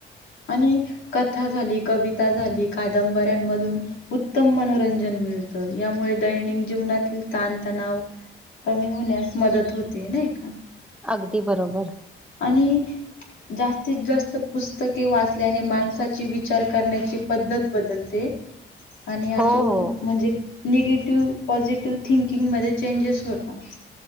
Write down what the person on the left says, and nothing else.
आणि कथा झाली कविता झाली कादंबऱ्यांमधून उत्तम मनोरंजन मिळतं. यामुळे दैनिक जीवनातील ताणतणाव कमी होण्यास मदत होते नाही का
आणि जास्तीत जास्त पुस्तके वाचल्याने माणस ची विचार करण्याची पद्धत बदलते आणि
अजून
म्हणजे निगेटिव्ह पॉझिटिव्ह थिंकिंगमध्येध्ये चेंजेस होतात